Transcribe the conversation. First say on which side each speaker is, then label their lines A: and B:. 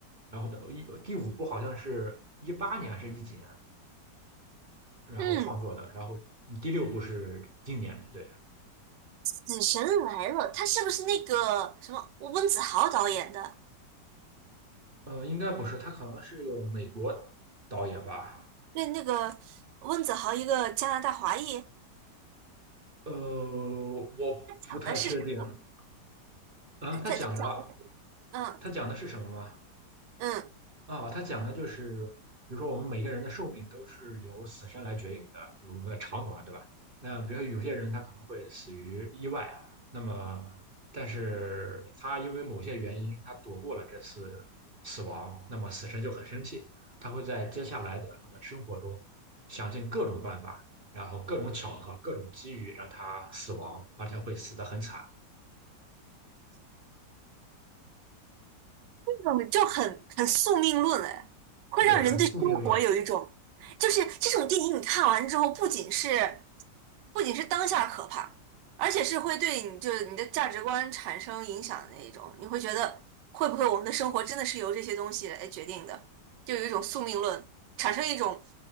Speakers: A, on the right; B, on the right.
A: 然后到一第五部好像是一八年还是一几年，然后创作的，
B: 嗯，
A: 然后第六部是今年，对，
B: 《死神来了》，他是不是那个什么温子豪导演的？
A: 呃，应该不是，他可能是个美国导演吧，
B: 那那个温子豪一个加拿大华裔，他
A: 呃，我不太确定，
B: 讲的是啥呀？
A: 啊、
B: 呃他他讲的，
A: 他讲的
B: 嗯。
A: 他讲的是什么吗？
B: 嗯
A: 啊，他讲的就是，比如说我们每个人的寿命都是由死神来决定的，有我们的长短，对吧？那比如说有些人他可能会死于意外，那么但是他因为某些原因他躲过了这次死亡，那么死神就很生气，他会在接下来的他的生活中想尽各种办法，然后各种巧合、各种机遇让他死亡，而且会死得很惨。
B: 这种就很很宿命论哎，会让人对生活有一种，
A: 对，很宿命论。
B: 就是这种电影你看完之后，不仅是不仅是当下可怕，而且是会对你就是你的价值观产生影响的那一种，你会觉得会不会我们的生活真的是由这些东西来决定的，就有一种宿命论，产生一种